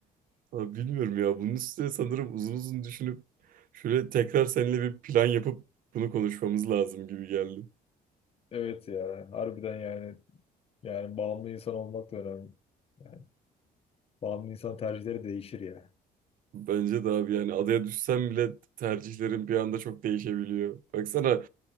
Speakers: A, on the right; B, on the left.
A: Abi bilmiyorum ya. Bunun üstüne sanırım uzun uzun düşünüp şöyle tekrar seninle bir plan yapıp bunu konuşmamız lazım gibi geldi.
B: Evet ya. Harbiden yani. Yani bağımlı insan olmak da önemli. Yani bağımlı insan tercihleri değişir ya.
A: Bence de abi yani adaya düşsem bile tercihlerim bir anda çok değişebiliyor. Baksana